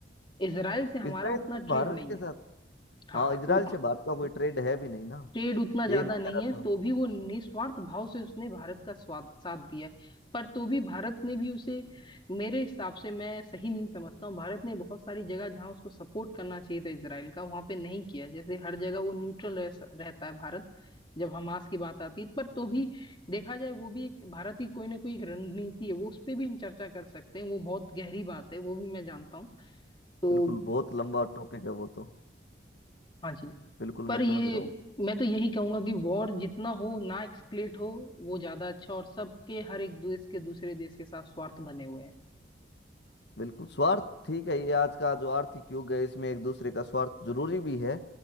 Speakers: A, on the left; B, on the left.
A: इसराइल से हमारा
B: इसराइल
A: उतना
B: ने
A: ट्रेड
B: भारत
A: नहीं
B: के
A: है
B: साथ
A: हाँ
B: हाँ इसराइल
A: वो-
B: से भारत का कोई ट्रेड है भी नहीं ना
A: ट्रेड उतना ज्यादा
B: यही मैं
A: नहीं
B: कह रहा
A: है तो
B: था
A: भी वो निस्वार्थ भाव से उसने भारत का स्वाद साथ दिया है पर तो भी भारत ने भी उसे मेरे हिसाब से मैं सही नहीं समझता हूँ भारत ने बहुत सारी जगह जहाँ उसको सपोर्ट करना चाहिए था इसराइल का वहां पे नहीं किया जैसे हर जगह वो न्यूट्रल रह, रहता है भारत जब हमास की बात आती है पर तो भी देखा जाए वो भी एक भारत की कोई ना कोई एक रणनीति है वो उस पर भी हम चर्चा कर सकते हैं वो बहुत गहरी बात है वो भी मैं जानता हूँ तो
B: बिल्कुल बहुत लंबा टॉपिक है वो तो
A: हाँ जी
B: बिल्कुल
A: पर
B: मैं समझ
A: ये
B: रहा हूँ
A: मैं तो यही कहूंगा कि वॉर जितना हो ना एक्सक्लेट हो वो ज्यादा अच्छा और सबके हर एक देश के दूसरे देश के साथ स्वार्थ बने हुए हैं
B: बिल्कुल स्वार्थ ठीक है ये आज का जो आर्थिक युग है इसमें एक दूसरे का स्वार्थ जरूरी भी है